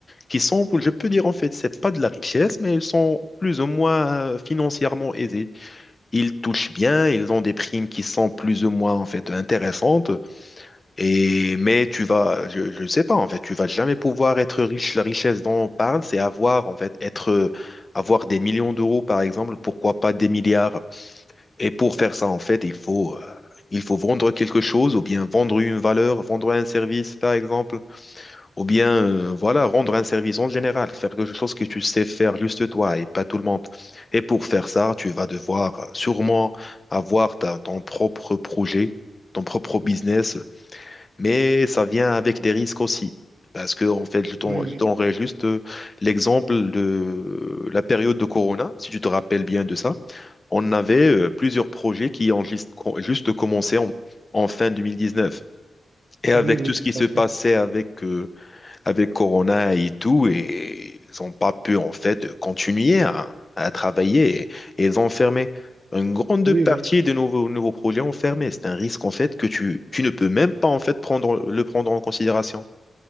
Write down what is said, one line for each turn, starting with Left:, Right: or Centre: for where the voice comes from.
Left: qui sont, je peux dire, en fait, c'est pas de la richesse, mais ils sont plus ou moins euh, financièrement aisés. Ils touchent bien, ils ont des primes qui sont plus ou moins, en fait, intéressantes. Et, mais tu vas, je, je sais pas, en fait, tu vas jamais pouvoir être riche. La richesse dont on parle, c'est avoir, en fait, être, euh, avoir des millions d'euros, par exemple, pourquoi pas des milliards. Et pour faire ça, en fait, il faut, euh, il faut vendre quelque chose, ou bien vendre une valeur, vendre un service, par exemple, ou bien, euh, voilà, rendre un service en général, faire quelque chose que tu sais faire juste toi et pas tout le monde. Et pour faire ça, tu vas devoir euh, sûrement avoir ta- ton propre projet, ton propre business mais ça vient avec des risques aussi. Parce que, en fait, je t'en-
Right: Oui, oui,
Left: je t'enverrai juste euh, l'exemple de la période de Corona, si tu te rappelles bien de ça. On avait euh, plusieurs projets qui ont juste, co- juste commencé en, en fin 2019. Et avec
Right: oui, oui,
Left: tout ce
Right: tout
Left: qui se
Right: à
Left: passait
Right: fait.
Left: avec euh, avec Corona et tout, et ils n'ont pas pu en fait continuer à, à travailler et, et ils ont fermé. Une grande
Right: Oui,
Left: partie
Right: oui,
Left: des nouveaux, nouveaux projets ont fermé. C'est un risque en fait que tu, tu ne peux même pas en fait prendre, le prendre en considération.